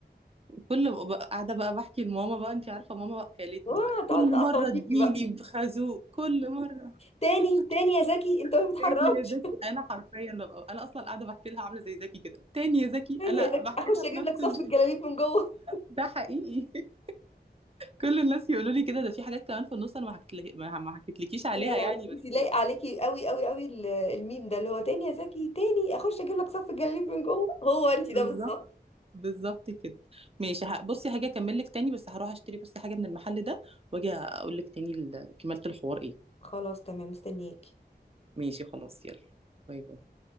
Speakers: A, on the right (about 35°); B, on the left (about 35°).
A: كل ما بقى- قاعدة بقى بحكي لماما بقى أنت عارفة ماما بقى كلتني
B: اه
A: بقى
B: تقعد
A: كل
B: تقطم
A: مرة تجيلي
B: فيكي بقى
A: بخازوق كل مرة
B: تاني
A: <laughs>
B: تاني يا زكي انت ما بتتحركش
A: تاني يا زكي أنا حرفيا ببقى أنا أصلا قاعدة بحكي لها عاملة زي زكي كده تاني يا
B: <laughs>
A: زكي
B: تاني
A: أنا
B: يا زكي
A: بحكي
B: اخش
A: لها بنفس
B: اجيب لك صف
A: ال...
B: الجلاليب من جوه
A: ده حقيقي <laughs> كل الناس يقولوا لي كده ده في حاجات كمان في النص أنا ما حكيت لك... ما ما حكيتلكيش عليها
B: لا لا
A: يعني
B: لا
A: بس
B: انت لايقة عليكي قوي قوي قوي ال- الميم ده اللي هو تاني يا زكي تاني اخش اجيب لك صف الجلاليب من جوه هو انت ده
A: بالظبط
B: بالظبط
A: بالظبط كده ماشي ه- بصي هاجي اكمل لك تاني بس هروح اشتري بس حاجة من المحل ده واجي اقول لك تاني ال- كمالة الحوار ايه
B: خلاص تمام مستنياكي
A: ماشي خلاص يلا باي باي